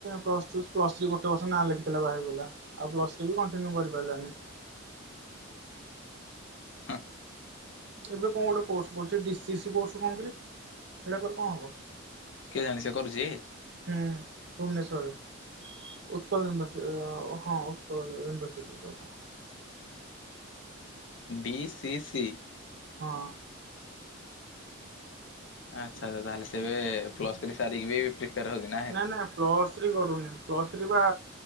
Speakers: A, on the right (about 55°); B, on the left (about 60°).
A: ପ୍ଲସ ଟୁ ପ୍ଲସ ଥ୍ରୀ ଗୋଟେ ବର୍ଷ ନାଁ ଲେଖିଥିଲା ବାହା ହେଇଗଲା। ଆଉ ପ୍ଲସ ଥ୍ରୀ ବି କଣ୍ଟିନ୍ୟୁ କରିପାରିଲାନି।
B: ହଁ
A: ଏବେ କଣ ଗୋଟେ କୋର୍ସ କରଚି ଡି ସି ସି କୋର୍ସ କଣ କିରେ। ସେଇଡ଼ାକଲେ କଣ ହେବ?
B: କେଜାଣି ସେ କରୁଚି?
A: ହୁଁ ଭୂବନେଶ୍ୱରରେ। ଉତ୍କଳ ଇନଭରସିଟି ହଁ ଉତ୍କଳ ଇନଭରସିଟି ତ ଆଉ କଣ।
B: B C C.
A: ହଁ
B: ଆଚ୍ଛା! ତାହେଲେ ସେ ଏବେ ପ୍ଲସ୍ ଥ୍ରୀ ସାରିକି ବି ପ୍ରିପାଏୟର ହଉଛନ୍ତି।
A: ନା ନା ପ୍ଲସ ଥ୍ରୀ କରୁନି ପ୍ଲସ୍ ଥ୍ରୀ ବା